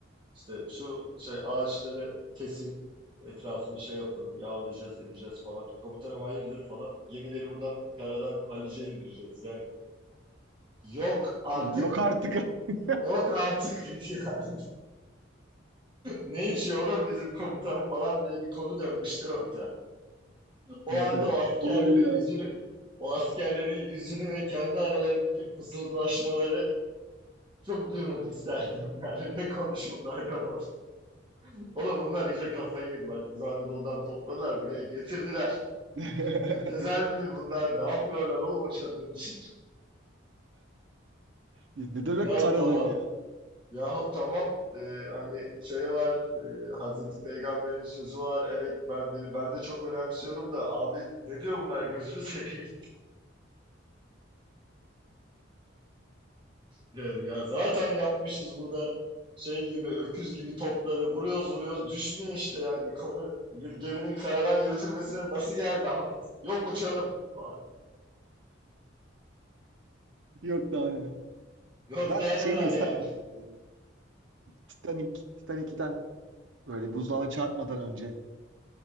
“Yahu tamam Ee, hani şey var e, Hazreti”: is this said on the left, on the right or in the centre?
Right